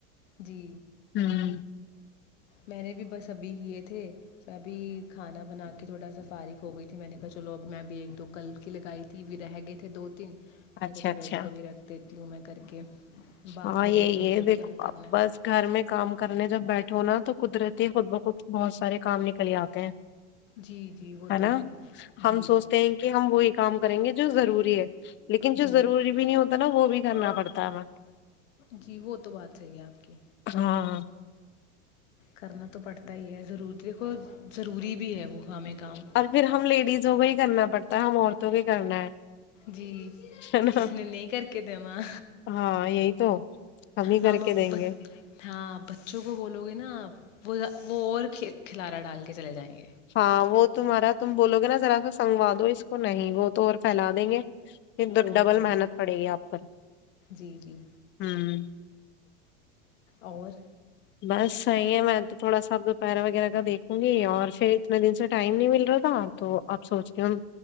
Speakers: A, on the left; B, on the left.
A: جی
B: ہوں
A: میں نے بھی بس ابھی کیے تھے میںبھی کھانا بنا کے تھوڑا سا فارغ ہو گئی تھی میں نے کہا چلو اب میں بھی ایک دو کل کی لگائی تھی بھی رہ گئے تھے دو تین میں
B: اچھا
A: نے کہا
B: اچھا
A: چلو اس کو بھی رکھ دیتی ہوں میں کر کے بعد
B: ہاں
A: میں
B: یہی
A: دیکھیں گے
B: ہے
A: اب
B: دیکھو
A: کیا کرنا ہے
B: بس گھر میں کام کرنے جب بیٹھ ھ ہونا تو قدرتی خود بخود بہت سارے کام نکل آتے ہیں
A: جی جی وہ
B: ہے
A: تو
B: نا
A: جی
B: ہم سوچتے ہیں کہ ہم وہی کام کریں گے جو ضروری ہے لیکن
A: جی
B: جو ضروری بھی نہیں ہوتا نا وہ بھی کرنا پڑتا ہے ہمیں
A: جی وہ تو بات صحی ہے آپ کی
B: ہاں
A: کرنا تو پڑتا ہی ہے ضرور دیکھو ضروری بھی ہے وہ ہمیں کام
B: اور پھر ہم لیڈیزوں کو ہی کرنا پڑتا ہے ہم اور تو بھی کرنا ہے
A: جی
B: نا
A: کسی نے نہیں کر کے دینا
B: ہاں یہی تو ہی کر
A: ہم
B: کے
A: آپ
B: دیں گے
A: ہاں بچوں کو بولو گے نا آپ وہ وہ اور کھلارا ڈال کے چلے جائیں گے
B: ہاں وہ تمہارا تم بولو گے نا ذرا سا سنگو دو اس کو نہیں وہ تو اور پھیلا دیں گے ایک دو
A: اور
B: ڈبل
A: کیا
B: محنت پڑے گی آپ پر
A: جی جی
B: ہوں
A: اور
B: بس صحیح ہے میں تو تھوڑا سا دوپہرہ وغیرہ کا دیکھوں گی اور پھر اتنے دن سے ٹائم نہیں مل رہا تھا تو اپ سوچ کے ہم